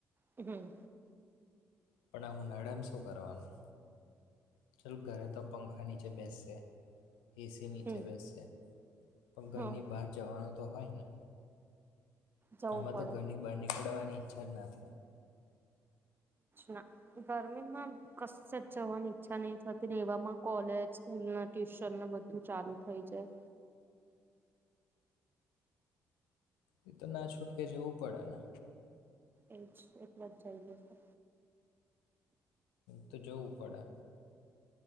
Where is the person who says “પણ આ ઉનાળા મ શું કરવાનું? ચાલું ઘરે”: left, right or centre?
Left